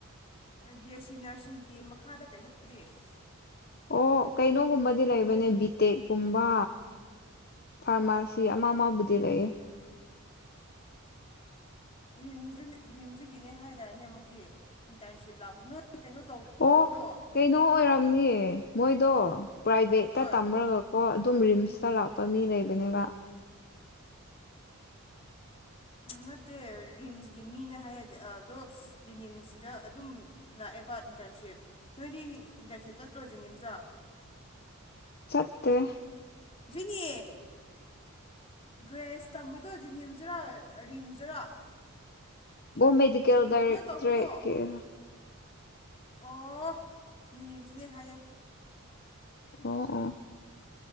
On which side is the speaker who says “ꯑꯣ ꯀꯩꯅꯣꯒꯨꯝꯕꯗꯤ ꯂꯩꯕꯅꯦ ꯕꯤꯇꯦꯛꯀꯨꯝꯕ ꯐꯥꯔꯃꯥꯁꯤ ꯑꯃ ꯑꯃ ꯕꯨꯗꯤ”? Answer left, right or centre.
Left